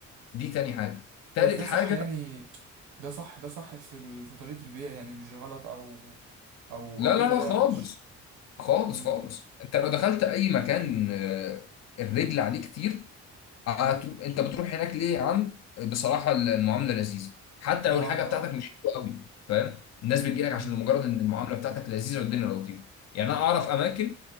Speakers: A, on the left (about 60°); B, on the right (about 80°).
A: دي تاني حاجه تالت
B: بس ده
A: حاجه
B: صح يعني ده صح ده صح في ال... في طريقة البيع يعني مش غلط او او
A: لا
B: او دي
A: لا
B: طريقة
A: لا خالص
B: مش
A: خالص
B: امم
A: خالص انت لو دخلت اي مكان آه، الرجل عليه كتير هترو- انت بتروح هناك ليه يا عم بصراحه المعامله لذيذه حتى
B: المعاملة
A: لو الحاجه بتاعتك مش حلوه قوي فاهم الناس بتجي لك
B: امم
A: عشان مجرد ان المعامله بتاعتك لذيذه والدنيا لطيفه يعني انا اعرف اماكن